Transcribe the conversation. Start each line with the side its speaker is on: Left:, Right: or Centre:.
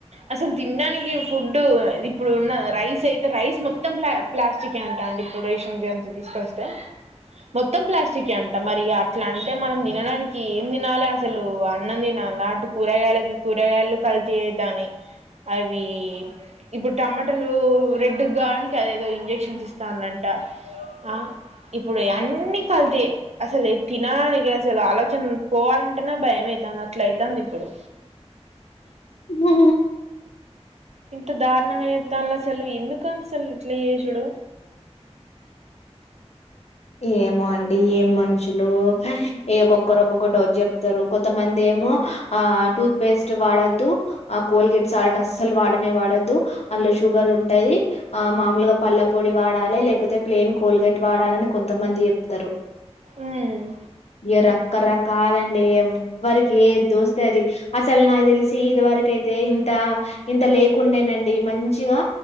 Right: అసలు తినడానికి ఫుడ్డు ఇప్పుడు ఉన్న రైస్ ఐతే రైస్ మొత్తం ప్ల ప్లాస్టిక్ ఏ అంటాండి ఇప్పుడు రేషన్ బియ్యం తో తీసుకొస్తే మొత్తం ప్లాస్ట్ చికి అంట మరి ఇగ అట్ల అంటే మనం తినడానికి ఏం తినాలి అసలు అన్నం తినాల్నా అటు కూరగాయలకి కూరగాయలు కల్తీ ఐతాన్నయ్ అవి ఇప్పుడు టమాటాలు రెడ్డుగ్గావడానికి అదేదో ఇంజక్షన్స్ ఇస్తాన్లంట అ ఇప్పుడు అన్నీ కల్తీయే అసలు తినడానికి అసలు ఆలోచన పోవాలంటేనే భయమైతాంది అట్ల అయితాంది ఇప్పుడు
Left: హ
Right: ఇంత దారుణంగా చేత్తాంల సలు ఎందుక అసలు ఇట్ల చేసుడు
Left: ఏమో అండి ఏం మనుషులు ఏ ఒక్కొక్కరు ఓక్కొక్క డోస్ చెప్తారు కొంతమంది ఏమో ఆ టూత్ పేస్ట్ వాడొద్దు ఆ కోల్గేట్ సాల్ట్ అస్సలు వాడనే వాడొద్దు అందులో షుగర్ ఉంటది ఆ మామూలుగా పళ్ళ పొడి వాడాలి లేకపోతే ప్లెయిన్ కోల్గేట్ వాడాలని కొంతమంది చెప్తారు
Right: ఉమ్
Left: ఇయ రకరకాలండి ఎవ్వరికి ఏది తోస్తే అది అసలు నాకు తెలిసి ఇదివరకైతే ఇంత ఇంత లేకుండేనండి మన్ చిగా